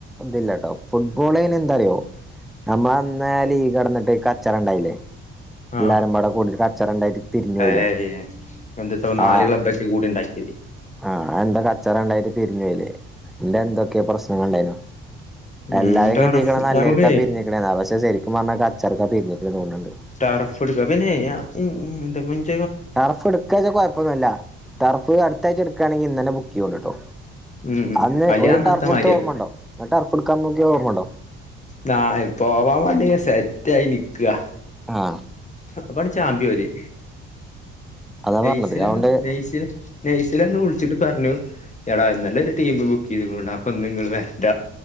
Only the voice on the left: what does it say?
ആഹ്
ഏയ് എന്ത്‌ത്താ നാല്
ക്ലബ്ബൊക്കെ കൂടി ഉണ്ടാക്കിയത്
ഉം
ടർഫ്
നമുക്കേ
ടറഫ് എടുക്ക പിന്നെ ഇ ഇന്ത
ഉം ഉം
അല്ലെ
അന്നത്തെ
മാരിയാവും
നാ പോവാൻ വേണ്ടി സെറ്റ ആയി നിക്ക
അപ്പാണ് ചാമ്പിവലി
ന്സിലണ്ട്
നെയ്സില നെയ്സിലാണ്ട് വിളിച്ചിട്ട് പറഞ്ഞു എടാ നല്ലൊരു ടീം ബുക്ക് ചെയ്തണ്ട അപ്പൊ നിങ്ങങ്ങള് വരണ്ട